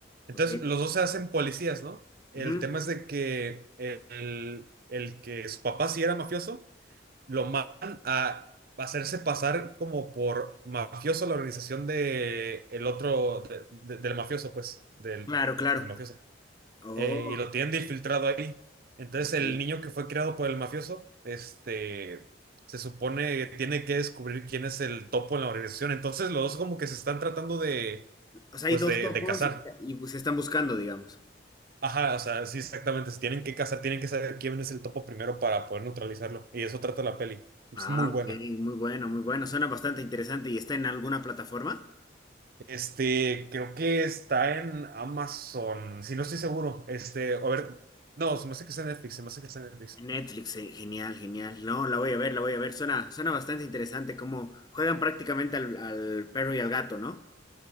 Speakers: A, on the right; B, on the left.
A: Entonces
B: Ok.
A: los dos se hacen policías, ¿no? El
B: Ujú.
A: tema es de que el, el que su papá sí era mafioso lo mandan a hacerse pasar como por mafioso a la organización de el otro, de- de- del mafioso, pues, del,
B: Claro, claro.
A: de- del mafioso.
B: Oh,
A: Eh, y lo tienen de infiltrado ahí. Entonces
B: ok.
A: el niño que fue creado por el mafioso, este, se supone que tiene que descubrir quién es el topo en la organización. Entonces los dos como que se están tratando de,
B: O sea,
A: pues,
B: hay dos
A: de,
B: topos
A: de cazar.
B: y, y pues, se están buscando, digamos.
A: Ajá, o sea, sí, exactamente. Se tienen que cazar, tienen que saber quién es el topo primero para poder neutralizarlo. Y eso trata la peli. Es
B: Ah,
A: muy
B: ok.
A: buena.
B: Muy bueno, muy bueno. Suena bastante interesante. ¿Y está en alguna plataforma?
A: Este, creo que está en Amazon. Si no estoy seguro. Este, a ver. No, se me hace que está en Netflix. Se me hace que está en Netflix.
B: En Netflix, eh, Genial, genial. No, la voy a ver, la voy a ver. Suena, suena bastante interesante cómo juegan prácticamente al, al perro y al gato, ¿no?